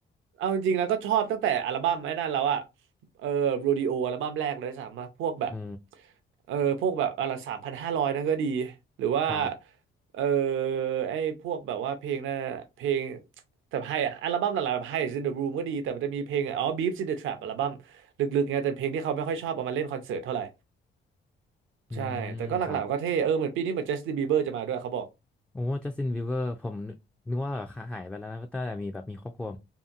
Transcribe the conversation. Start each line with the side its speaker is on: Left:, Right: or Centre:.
Right: เอาจริงๆแล้วก็ชอบตั้งแต่อัลบั้มไอ้นั่นแล้วอะเออโรดิโออัลบั้มแรกเลยสามมาพวกแบบ
Centre: โอ้
Right: เออพวกแบบอะไรสามพันห้าร้อยนั่นก็ดีหรือว่า
Centre: ครับ
Right: เออไอ้พวกแบบว่าเพลงนั่นอะเพลงแต่ไฮอะอัลบั้มหลังๆแบบ High is in the Room ก็ดีแต่มันจะมีเพลงอ๋อ Beeps in the Trap อัลบั้มลึกๆไงแต่เพลงที่เขาไม่ค่อยชอบเอามาเล่นคอนเสิร์ตเท่าไหร่
Centre: อืมครับ
Right: ใช่แต่ก็หลักๆก็เท่เออเหมือนปีนี้เหมือน Justin Bieber จะมาด้วยเขาบอก
Centre: โอ้จัสตินบีเวอร์ผมนึกนึกว่าแบบหายไปแล้วนะตั้งแต่มีแบบมีครอบครัว